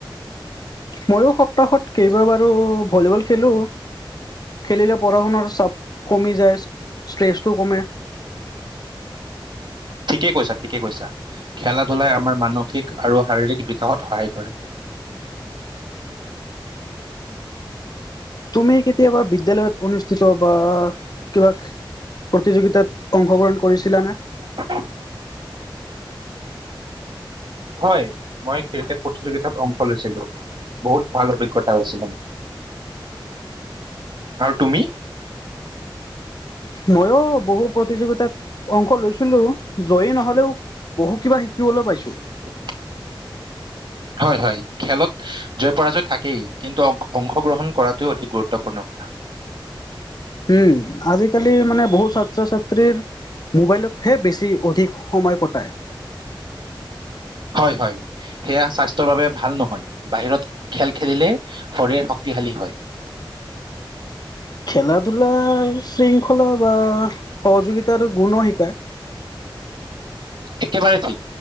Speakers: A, on the left (about 50°); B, on the right (about 65°).
A: ময়ো সপ্তাহত কেইবাবাৰো ভলীবল খেলোঁ, খেলিলে পঢ়া শুনাৰ চাপ কমি যায় ষ্ট্ৰেছটো কমে।
B: ঠিকেই কৈছা -ঠিকেই কৈছা খেলা ধূলাই আমাৰ মানসিক আৰু শাৰীৰিক বিকাশত সহায় কৰে।
A: তুমি কেতিয়াবা বিদ্যালয়ত অনুষ্ঠিত বা কিবা প্ৰতিযোগিতাত অংশগ্ৰহণ কৰিছিলানে?
B: অ', <inaudible> হয় মই ক্ৰিকেট প্ৰতিযোগিতাত অংশ লৈছিলো বহুত ভাল অভিজ্ঞতা হৈছিলো আৰু তুমি?
A: ময়ো বহু প্ৰতিযোগিতাত অংশ লৈছিলো জয়ী নহলেও বহু কিবা শিকিবলৈ পাইছো।
B: <inaudible> হয় -হয় খেলত জয় পৰাজয় থাকেই কিন্তু, অংশগ্ৰহণ কৰাটো অধিক গুৰুত্বপূৰ্ণ কথা।
A: উম', আজিকালি মানে বহুত ছাত্ৰ ছাত্ৰীৰ মোবাইলতহে বেছি অধিক সময় কটায়।
B: হয়- হয় সেয়া স্বাস্থ্যৰ বাবে ভাল নহয় বাহিৰত খেল খেলিলে শৰীৰ শক্তিশালী হয়।
A: খেলা ধূলা শৃংখলা বা সহযোগিতাৰ গুণ শিকায়।
B: একেবাৰে ঠিক